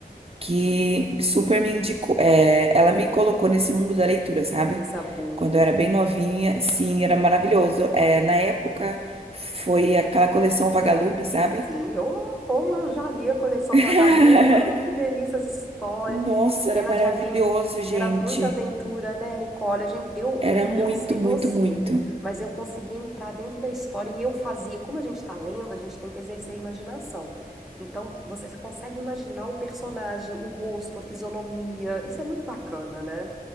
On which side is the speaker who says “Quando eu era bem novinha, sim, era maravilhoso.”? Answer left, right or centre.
Right